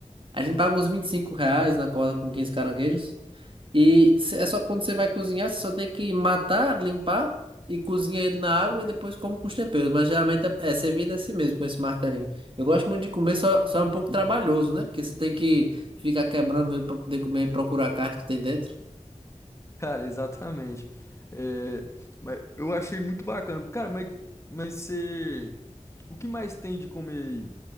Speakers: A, on the right; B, on the left.
A: A gente paga uns 25 reais na corda com 15 caranguejos. E cê- é só quando você vai cozinhar, você só tem que matar, limpar e cozinha ele na água e depois come com os temperos. Mas geralmente é, é servido assim mesmo, com esse martelinho. Eu gosto muito de comer, só, só é um pouco trabalhoso, né? Porque você tem que ficar quebrando ele para poder comer e procurar a carne que tem dentro.
B: Cara, exatamente. É, mas eu achei muito bacana. Cara, mas, mas você. O que mais tem de comer aí?